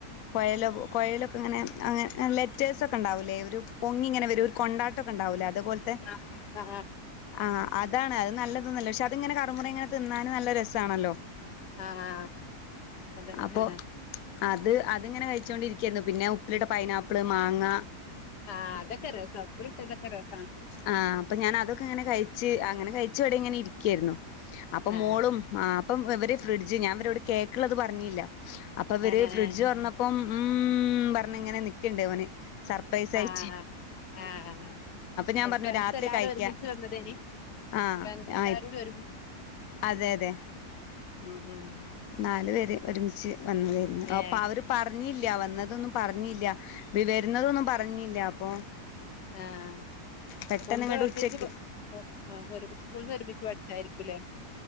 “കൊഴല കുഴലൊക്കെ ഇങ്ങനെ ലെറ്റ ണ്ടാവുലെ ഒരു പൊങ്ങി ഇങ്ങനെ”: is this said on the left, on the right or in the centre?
Left